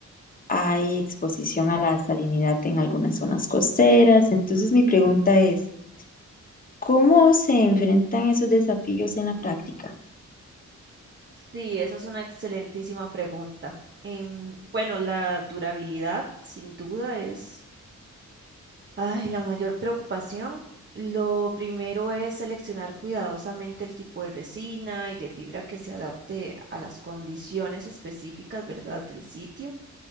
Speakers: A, on the left; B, on the right.
A: hay exposición a la salinidad en algunas zonas costeras. Entonces
B: Ujú.
A: mi pregunta es, ¿cómo se enfrentan esos desafíos en la práctica?
B: Sí, esa es una excelentísima pregunta. Em, bueno, la durabilidad sin duda es Ay, la mayor preocupación. Lo primero es seleccionar cuidadosamente el tipo de resina y de fibra que se adapte a las condiciones específicas, ¿verdad?, del sitio.